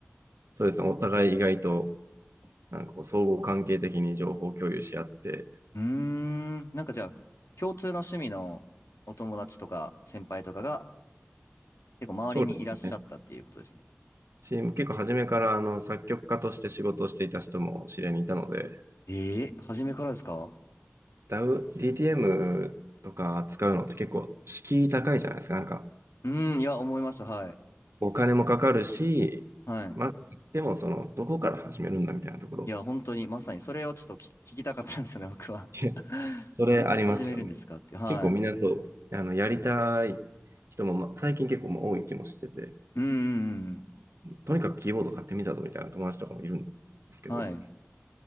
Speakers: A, on the right (about 80°); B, on the left (about 90°).
A: そうですね。お互い意外と、なんかこう、相互関係的に情報共有し合って、
B: うーん、なんかじゃあ、共通の趣味のお友達とか先輩とかが結構周りにいらっしゃったっていうことですね。
A: そうですね。し結構初めからあの作曲家として仕事をしていた人も知り合いにいたので、
B: ええ初めからですか
A: d a DTM とか扱うのって結構敷居高いじゃないですか。なんか
B: うん、いや、思いました。はい。
A: お金もかかるし、
B: はい。
A: まず、でもその、どこから始めるんだみたいなところ、
B: いや、本当に、まさにそれをちょっとき聞きたかったんですよね、<laughs> 僕は。
A: <laughs> いや
B: <laughs>
A: それありますよね。
B: どうやって始めるんですかって。はい。
A: 結構みんなそう、あの、やりたい人も、ま、最近結構ま多い気もしてて、
B: うんうんうん。
A: とにかくキーボード買ってみたぞみたいな友達とかもいるんですけど、
B: はい。